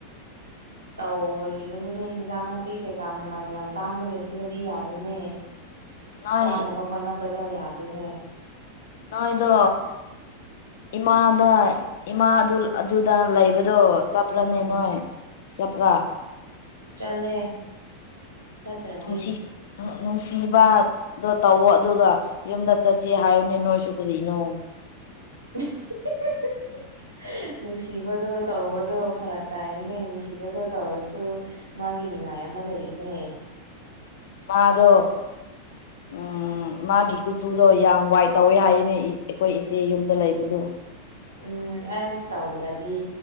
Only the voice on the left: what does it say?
ꯅꯣꯏ
ꯅꯣꯏꯗ ꯏꯃꯥꯗ ꯏꯃꯥ ꯑꯗꯨꯗ ꯂꯩꯕꯗꯣ ꯆꯠꯄ꯭ꯔꯥꯅꯤ
ꯅꯣꯏ ꯆꯄ꯭ꯔꯥ
ꯅꯨꯡꯁꯤ ꯅꯨꯡꯁꯤꯕꯗꯣ ꯇꯧꯋꯣ ꯑꯗꯨꯒ ꯌꯨꯝꯗ ꯆꯠꯁ ꯍꯥꯏꯌꯨꯅꯦ ꯅꯣꯏꯁꯨ ꯀꯔꯤꯅꯣ
<inaudible>
ꯃꯥꯗꯣ ꯏꯝ ꯎ ꯃꯥꯒꯤ ꯀꯨꯆꯨꯗꯣ ꯌꯥꯝ ꯋꯥꯏꯠ ꯇꯧꯋꯦ ꯍꯥꯏꯅꯦ ꯑꯩꯈꯣꯏ ꯏꯆꯦ ꯌꯨꯝꯗ ꯂꯩꯕꯗꯣ